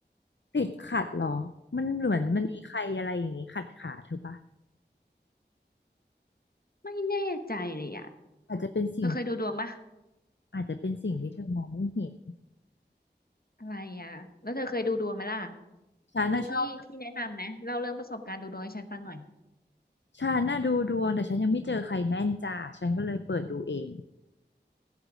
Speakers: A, on the left (about 80°); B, on the left (about 55°).
A: ติดขัดเหรอมันเหมือนมันมีใครอะไรอย่างงี้ขัดขาเธอปะ
B: อืมไม่แน่ใจเลยอ่ะ
A: อาจจะเป็นสิ่ง
B: เธอเคยดูดวงปะ
A: อาจจะเป็นสิ่งที่เธอมองไม่เห็น
B: อะไรอ่ะแล้วเธอเคยดูดวงไหมล่ะ
A: ฉันน่ะชอบ
B: มีที่ที่แนะนำไหมเล่าเรื่องประสบการณ์ดูดวงให้ฉันฟังหน่อย
A: ฉันน่ะดูดวงแต่ฉันยังไม่เจอใครแม่นจ้าฉันก็เลยเปิดดูเอง